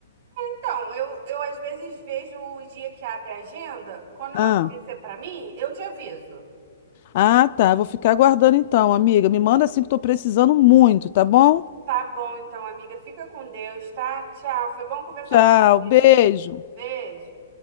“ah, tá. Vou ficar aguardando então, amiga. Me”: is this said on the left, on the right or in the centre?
Left